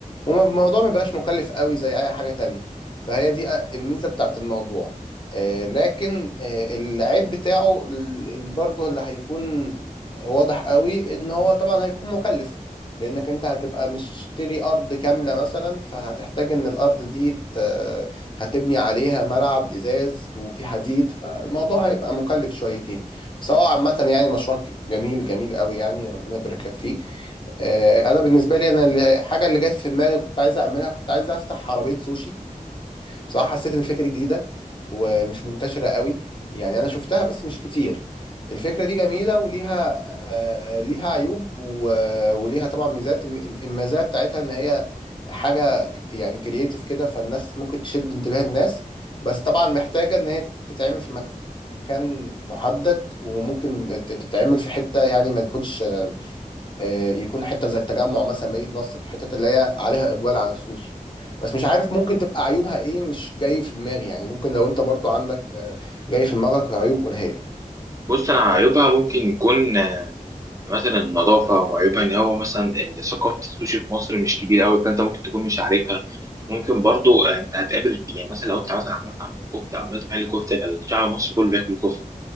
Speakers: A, on the left (about 35°); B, on the right (about 25°).
A: والموضوع ما بقاش مكلف قوي زي اي حاجة تانية فهي دي الميزة بتاعت الموضوع آه، لكن آه، العيب بتاعه ال- ال- برضه اللي هيكون واضح قوي ان هو طبعا هيكون مكلف لانك انت هتبقى مشتري ارض كاملة مثلا فهتحتاج ان الارض دي ت- هتبني عليها ملعب ازاز وفي حديد فالموضوع هيبقى مكلف شويتين بس هو عامة يعني مشروع جميل جميل قوي يعني ربنا يبارك لك فيه آه، انا بالنسبه لي انا اللي- الحاجه اللي جت في دماغي كنت عايز اعملها كنت عايز افتح عربيه سوشي بصراحه حسيت ان الفكره دي جديده ومش منتشره قوي يعني انا شفتها بس مش كتير الفكره دي جميله وليها آه، ليها عيوب و- وليها طبعا ميزات الم- المزايا بتاعتها ان هي حاجه ك- يعني كرييتيف كده فالناس ممكن تشد انتباه الناس بس طبعا محتاجه ان هي تتعمل في مكان محدد وممكن تت- تتعمل في حته يعني ما تكونش آه، يكون حته زي التجمع مثلا مدينه نصر الحتت اللي هي عليها اقبال على السوشي بس مش عارف ممكن تبقى عيوبها ايه مش جاي في دماغي يعني ممكن لو انت برضو عندك آه، جاي في دماغك عيوب قولها لي
B: بص انا عيوبها ممكن يكون آه، مثلا النظافة وعيوبها إن هو مثلا ثقافة السوشي في مصر مش كبيرة أوي فأنت ممكن تكون مش عارفها ممكن برضو أنت هتقابل يعني مثلا لو أنت مثلا عملت عمل كفتة عملت محل كفتة الشعب المصري كله بياكل كفتة